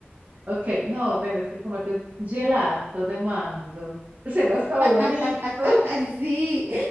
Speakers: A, on the right; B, on the right.
A: Ok, no, tenés que comerte un gelato de mango. Suena hasta
B: <laughs>
A: bonito. <laughs>
B: Ay, sí,